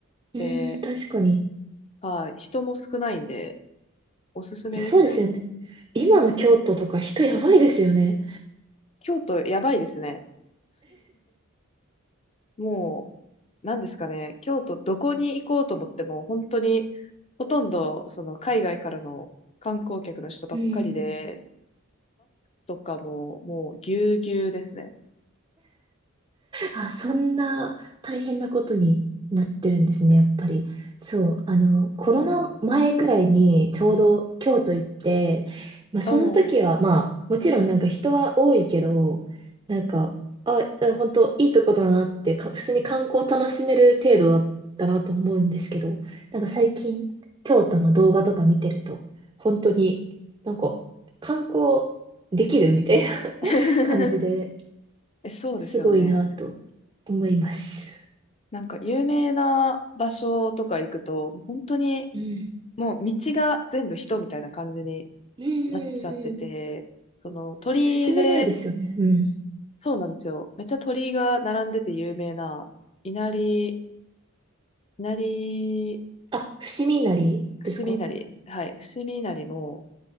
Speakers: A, on the right; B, on the left.
A: うんうん、
B: で、
A: 確かに。
B: はい、人も少ないんで、おすすめですね。
A: そうですよね。今の京都とか人やばいですよね。
B: 京都やばいですね。もう、なんですかね、京都どこに行こうと思っても、本当に、ほとんど、その、海外からの観光客の人ばっかりで、
A: <laughs> うん
B: とかも、もう、ぎゅうぎゅうですね。
A: あ、そんな大変なことになってるんですね、やっぱり。そう、あの、コロナ前くらいにちょうど京都行って、
B: そうなんです。
A: まあ、その時は、
B: おー
A: まあ、もちろんなんか人は多いけど、なんか、あ、本当いいとこだなってか、普通に観光楽しめる程度だったなと思うんですけど、なんか最近、京都の動画とか見てると、本当になんか、観光できるみたいな <laughs>
B: <laughs>
A: 感じで、
B: え、そうですよね。
A: すごいなと思います。
B: なんか有名な場所とか行くと、本当に
A: うん。
B: もう道が全部人みたいな感じに
A: うんう
B: なっちゃってて、
A: んうん。
B: その鳥居で、
A: 進めないですよね。うん。
B: そうなんですよ。めっちゃ鳥居が並んでて有名な、稲荷、稲荷、
A: あ、伏見稲荷ですか
B: 伏見稲荷、
A: <laughs>
B: はい、伏見稲荷も、